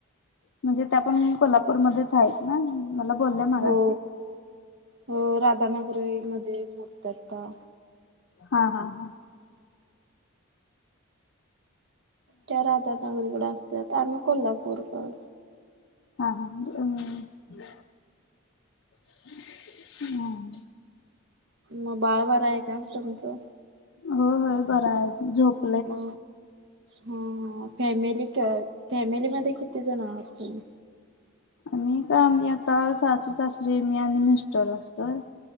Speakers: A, on the left (about 60°); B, on the right (about 55°).
A: म्हणजे त्या पण कोल्हापूरमध्येच आहेत ना? मला बोलल्या मगाशी
B: हो हो राधानगरी मध्ये मोडते आता.
A: हा हा हा.
B: त्या राधानगरींकड असत्यात आम्ही कोल्हापूर कडं.
A: हा हा म्हणजे अं हा हं.
B: म बाळ बरय का तुमचं?
A: हो होय बराय झोप
B: म ह ह फॅमिली क अ फॅमिलीमध्ये किती जण आहात तुम्ही?
A: आणि काय आम्ही आता सासु सासरे मी आणि मिस्टर असतोय.